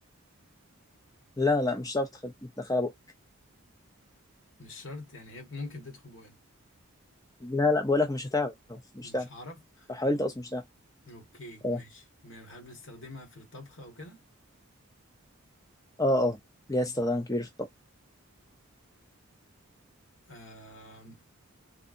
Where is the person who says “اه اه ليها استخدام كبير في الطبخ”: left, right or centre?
Left